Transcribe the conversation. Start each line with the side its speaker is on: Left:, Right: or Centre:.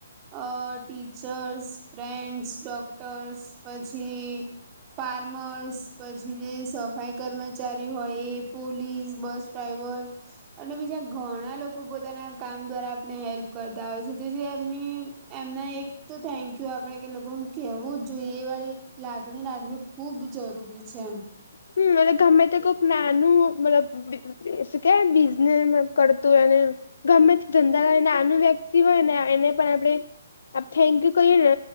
Right: અ ટીચર્સ, ફ્રેન્ડ્સ, ડોક્ટરસ પછી ફાર્મર્સ પછી જે સફાઈ કર્મચારી હોય એ પોલીસ, બસ ડ્રાઈવર અને બીજા ઘણા લોક બધાના પોતાના કામ દ્વારા આપણે હેલ્પ કરતા હોય છે થી એમ એમના એક તો થેન્ક યુ આપણે કે એ લોકો ને કેવું જ જોઈએ એ વળી લાગણી લાગવી ખુબ જરૂરી છે.
Left: હમ્મ અને ગમે તે કોક નાનું મતલબ કે બિઝનેસ કરતું એને. ગમે તે ધંધાય ને આનું વ્યક્તિ હોય ને એને પણ આપણે આપ થેન્ક યુ કહીએ ને